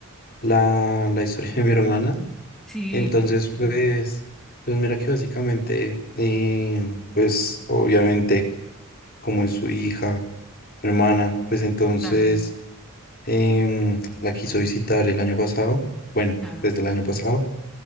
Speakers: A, on the left; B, in the centre.
A: la, la historia de mi hermana.
B: Sí,
A: Entonces,
B: sí,
A: pues, pues mira que básicamente, eh, pues obviamente, como es su hija, mi hermana, pues entonces
B: claro,
A: em, la quiso visitar el año pasado, bueno,
B: claro.
A: desde el año pasado.